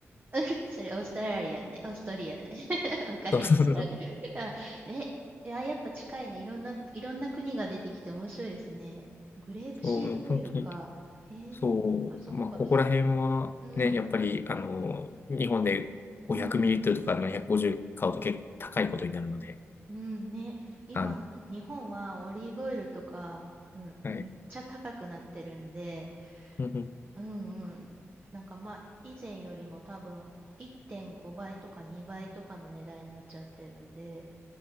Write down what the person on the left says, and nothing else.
そうそうそう、
そう本当に、
そう、
まあ、ここら辺はね、
やっぱり、あの、日本で500ミリリットルとか750買うと結構高いことになるので、
あの、
はい。
うんうん